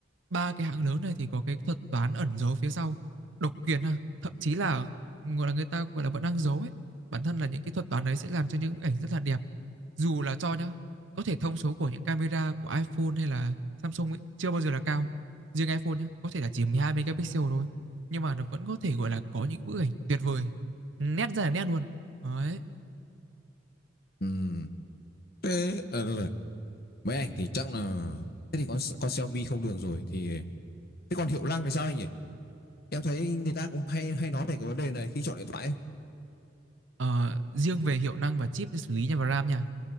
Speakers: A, on the right; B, on the left.
A: Ba cái hãng lớn này thì có cái thuật toán ẩn giấu phía sau, độc quyền ha. thậm chí là gọi là người ta gọi là vẫn đang giấu ấy. Bản thân là những cái thuật toán đấy sẽ làm cho những bức ảnh rất là đẹp dù là cho nhá có thể thông số của những camera của iPhone hay là Samsung ấy chưa bao giờ là cao riêng iPhone nhá có thể là chỉ 12 megapixel thôi nhưng mà nó vẫn có thể gọi là có những bức ảnh tuyệt vời nét ra là nét luôn đấy
B: Ừm, thế ờ, rồi, rồi. máy ảnh thì chắc là thế thì con con Xiaomi không được rồi thì thế còn hiệu năng thì sao anh nhỉ em thấy người ta cũng hay hay nói về cái vấn đề này khi chọn điện thoại ấy.
A: Ờ, riêng về hiệu năng và chip để xử lý nha và RAM nha